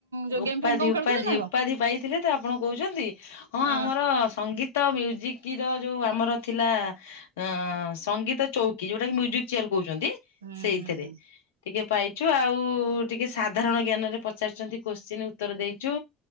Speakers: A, on the right; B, on the left.
A: ଯେଉଁ
B: ଉପାଧି
A: ଗେମ୍ ଫେମ୍ କଣ
B: ଉପାଧି
A: ଖେଳୁଥିଲେ ନା କଣ?
B: ଉପାଧି ପାଇଥିଲେ ତ ଆପଣ କହୁଛନ୍ତି,
A: କଣ?
B: ହଁ ଆମର ସଙ୍ଗୀତ। ତ ମ୍ୟୁଜିକ ର ଯୋଉ ଆମର ଥିଲା, ଅ ସଙ୍ଗୀତ ଚୌକି, ଯୋଉଟା କି ମୁଜିକ୍ କହୁଛନ୍ତି
A: ହୁଁ
B: ସେଇଥିରେ
A: ହୁଁ ହୁଁ
B: ଟିକେ ପାଇଛୁ ଆଉ ଟିକେ ସାଧାରଣ ଜ୍ଞାନରେ ପଚାରିଛନ୍ତି କୋଶ୍ଚିନ୍ ଉତ୍ତର ଦେଇଛୁ।